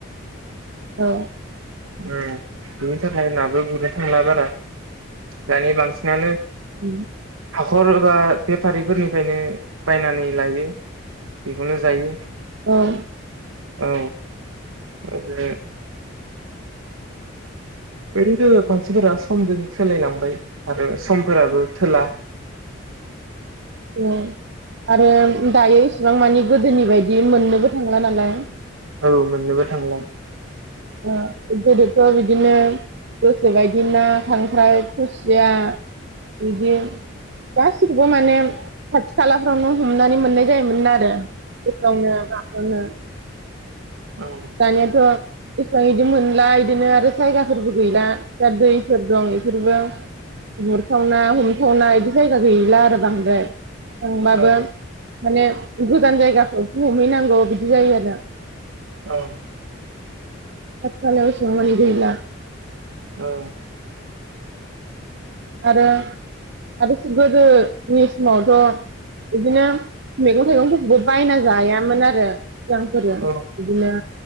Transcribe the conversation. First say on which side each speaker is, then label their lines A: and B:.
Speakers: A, on the right; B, on the right.
A: औ
B: उ बिनि थाखाय नाबो गुरनो थांला बारा दानि बांसिनानो
A: उम
B: हाखर एबा बेफारिफोरनिफ्रायनो बायनानै लायो बेखौनो जायो
A: औ
B: औ आरो ओरैनो मानसिफोरा समजों सोलायलांबाय आरो समफोराबो थोला
A: उ आरो दायो इसेबां मानि गोदोनि बायदि मोननोबो थांला नालाय
B: औ मोननोबो थांला
A: उ गोदोथ' बिदिनो गोसो बायदि ना खांख्राइ खुसिया बिदि गासिखौबो माने खाथि खालाफ्रावनो हमनानै मोननाय जायोमोन आरो गावनो माखौनो
B: औ
A: दानियाथ एसेबां इदि मोनला बिदिनो आरो जायगाफोरबो गैला दा दैफोर दं बेफोरबो गुरथावना हमथावना इदि जायगा गैला आरो बांद्राय थांबाबो
B: औ
A: माने गोजान जायगाफोरथिं हमहै नांगौ बिदि जायो आरो।
B: औ
A: थालावसाबानि गला <unintelligible>
B: औ
A: आरो आरो गोदोनि समावथ इदिनो मैगं थाइगंफोरखौबो बायना जायामोन आरो मोजांफोरो बिदिनो
B: औ